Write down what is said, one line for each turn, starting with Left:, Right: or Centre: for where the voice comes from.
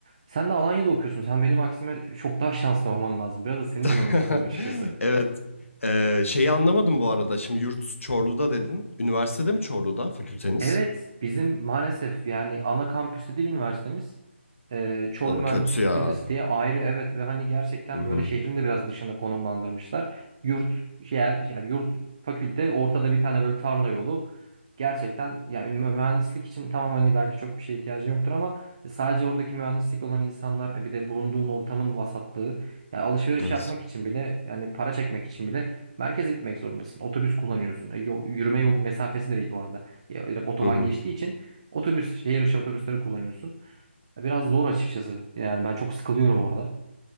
Right: Sen de Alanya'da okuyorsun. Sen benim aksime çok daha şanslı olman lazım. Biraz da seni
Left: <laughs>
Right: dinlemek istiyorum açıkçası.
Left: Evet. Ee, şeyi anlamadım bu arada. Şimdi yurt Çorlu'da dedin. Üniversitede mi Çorlu'da fakülteniz?
Right: Evet, bizim maalesef yani ana kampüsü değil üniversitemiz. Ee, Çorlu
Left: O
Right: Mühendislik
Left: kötü
Right: Fakültesi
Left: ya.
Right: diye ayrı evet ve hani gerçekten
Left: Hı hı.
Right: böyle şehrin de biraz dışına konumlandırmışlar. Yurt yer yani yurt fakülte ortada bir tane böyle tarla yolu. Gerçekten yani ünlü- mühendislik için tamam hani belki çok bir şeye ihtiyacı yoktur ama sadece oradaki mühendislik olan insanlar e bir de bulunduğun ortamın vasatlığı yani alışveriş
Left: Evet.
Right: yapmak için bile yani para çekmek için bile merkeze gitmek zorundasın. Otobüs kullanıyorsun. E, yo- yürüme yolu mesafesi de değil bu arada. Ya, direkt otoban
Left: Hı hı.
Right: geçtiği için otobüs, şehir içi otobüsleri kullanıyorsun. Biraz zor açıkçası. Yani ben çok sıkılıyorum orada.